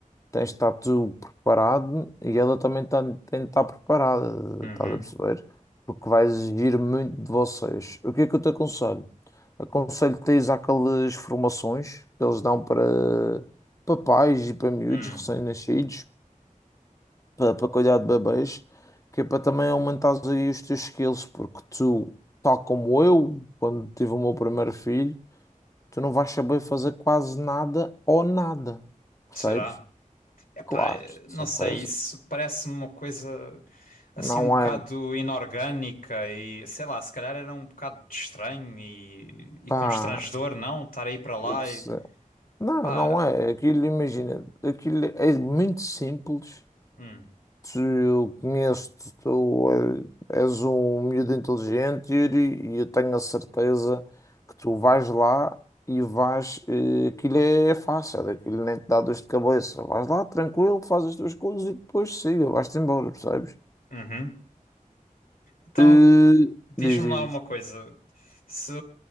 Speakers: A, on the left; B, on the left.
A: tens de estar tu preparado e ela também tá- tem de estar preparada,
B: Uhum.
A: estás a perceber? Porque vai exigir muito de vocês. O que é que eu te aconselho? Aconselho-te a ir àquelas formações que eles dão para, para pais e para miúdos
B: Hum.
A: recém-nascidos, para, para cuidar de bebês, que é para também aumentares aí os teus skills, porque tu, tal como eu, quando tive o meu primeiro filho, tu não vais saber fazer quase nada ou nada, percebes?
B: Será? Epá,
A: Claro, de certeza.
B: não sei, isso parece-me uma coisa assim
A: Não
B: um bocado
A: é,
B: inorgânica e sei lá, se calhar era um bocado de estranho e,
A: pá,
B: e constrangedor, não? Estar aí para lá
A: eu percebo.
B: e
A: Não,
B: pá,
A: não é. Aquilo, imagina, aquilo é muito simples.
B: hum,
A: Tu, eu conheço-te, tu eh, és um miúdo inteligente, Yuri, e eu tenho a certeza que tu vais lá e vais. eh, Aquilo é é fácil, aquilo nem te dá dor de cabeça. Vais lá, tranquilo, fazes as tuas coisas e depois siga, vais-te embora, percebes?
B: uhum. Então
A: Eh,
B: Diz-me
A: diz, diz,
B: lá uma
A: diz.
B: coisa. Se,